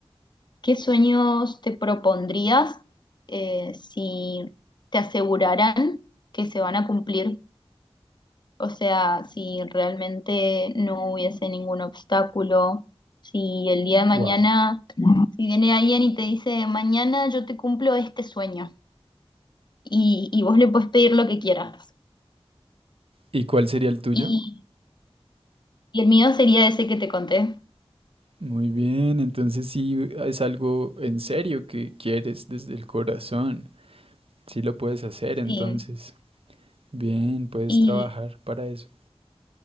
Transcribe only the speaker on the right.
Wow.
¿Y cuál sería el tuyo?
Muy bien, entonces sí es algo en serio que quieres desde el corazón. Sí lo puedes hacer, entonces.
Bien, puedes
trabajar para eso.